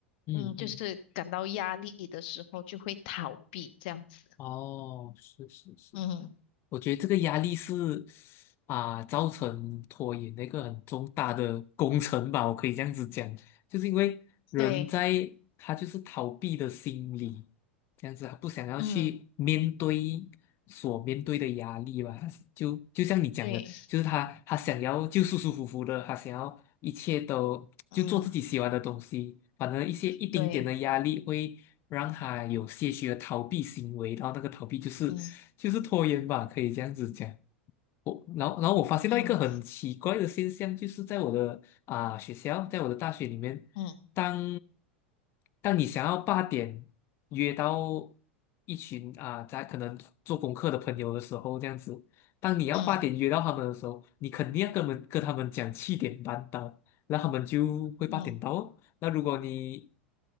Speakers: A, on the left (about 40°); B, on the left (about 55°).
A: 嗯嗯，
B: 嗯，就是感到压力的时候就会逃避这样子。
A: 哦，是是是，
B: 嗯，
A: 我觉得这个压力是啊、造成拖延的一个很重大的工程吧，我可以这样子讲，就是因为人在他就是逃避的心理，
B: 对，
A: 这样子他不想要去面对
B: 嗯，
A: 所面对的压力吧，他是就就像你讲的，
B: 对，
A: 就是他他想要就舒舒服服的，他想要一切都就做自己喜欢的东西，
B: 嗯，
A: 反正一些一丁点的压力会让他有些许的逃避行为，
B: 对，
A: 然后那个逃避就是。
B: 嗯，
A: 就是拖延吧，可以这样子讲。我然后然后我发现到一个很奇怪的现象，
B: 嗯，
A: 就是在我的啊、学校，在我的大学里面，
B: 嗯，
A: 当当你想要八点约到一群啊、在可能做功课的朋友的时候，这样子，当你要八点约到他们的时候，
B: 嗯，
A: 你肯定要跟们跟他们讲七点半到，然后他们就会八点到哦那如果你
B: 嗯，